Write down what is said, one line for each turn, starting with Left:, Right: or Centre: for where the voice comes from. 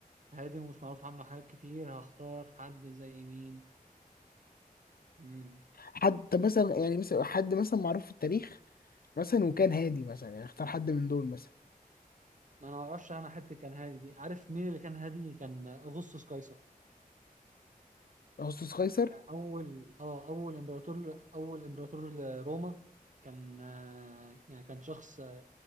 Right: هادي ومش معروف عنه حاجات كتير هختار حد زي مين امم
Left: حد طب مثلا يعني مثلا حد مثلا معروف في التاريخ مثلا وكان هادي مثلا يعني اختار حد من دول مثلا
Right: ما انا ما اعرفش انا حد كان هادي دي عارف مين اللي كان هادي كان اغسطس قيصر
Left: اغسطس قيصر
Right: يعني اول اه اول امبراطور اول امبراطور لروما كان آه، يعني كان شخص